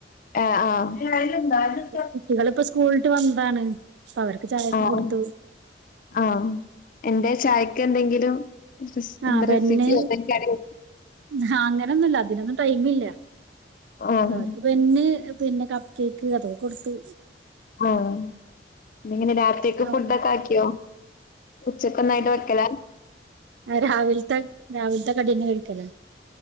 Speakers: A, on the left; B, on the right.
A: ആഹ്
B: കുട്ടികള്പ്പ സ് കൂൾട്ട് വന്നതാണ് അവർക്ക് ചായക്കെ
A: ആഹ്
B: കൊടുത്തു.
A: ആഹ് എന്തെ ചായക്ക് എന്തെങ്കിലും? റെസ് എന്താ
B: ആഹ് ബെന്ന്
A: റെസിപ്പിയോ എന്തെങ്കിലും
B: ആഹ് അങ്ങനെന്നുല്ല അതിനൊന്നും ടൈമില്ല
A: ഓഹ്
B: അവർക്ക് ബെന്ന് പിന്നെ കപ്പ് കേക്ക് അതൊക്കെ കൊടുത്തു.
A: ഓഹ് പിന്നെങ്ങനെ രാത്രിയെക്ക്
B: അവിടെ
A: ഫുഡൊക്കെ ആക്കിയോ? ഉച്ചക്കൊന്നായിട്ട് വെക്കല?
B: ആഹ് രാവിൽത്ത രാവിൽത്ത കടിയെന്നെ എട്ക്കല